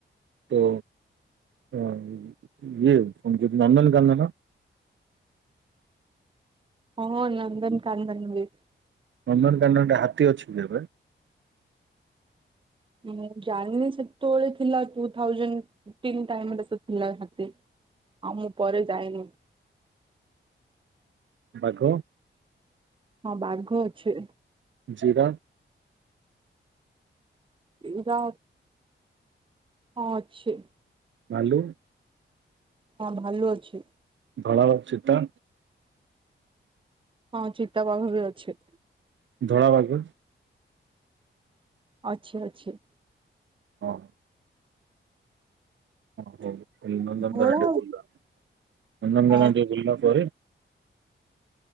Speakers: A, on the right (about 75°); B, on the right (about 25°).
A: ତ ଅ ଇଏ କଣ କହୁଚି ନନ୍ଦନ କାନନ।
B: ହଁ ନନ୍ଦନ କାନ୍ଦନ ବି।
A: ନନ୍ଦନକାନନରେ ହାତୀ ଅଛି କି ଏବେ?
B: ମୁଁ ଜାଣିନି ସେତବେଳେ ଥିଲା ଟୁ ଥାଉଜେଣ୍ଟ ତିନ୍ ଟାଇମରେ ସେ ତ ଥିଲା ହାତୀ। ଆଉ ମୁଁ ପରେ ଯାଇନି।
A: ବାଘ?
B: ହଁ ବାଘ ଅଛି।
A: ଜିିରାଫ୍?
B: ଏଇଟା ହଁ ଅଛି।
A: ଭାଲୁ।
B: ହଁ ଭାଲୁ ଅଛି।
A: ଧଳ ଅଛି ତ?
B: ହଁ ଚିତାବାଘ ବି ଅଛି।
A: ଧଳାଭାଲୁ?
B: ଅଛି ଅଛି।
A: ଓ ଓହୋ ନନ୍ଦନକାନନ
B: ଧୋଳା
A: ଟିକେ ବୁଲ ନନ୍ଦନକାନନ
B: ହଁ
A: ଟିକେ ବୁଲିଲା ପରେ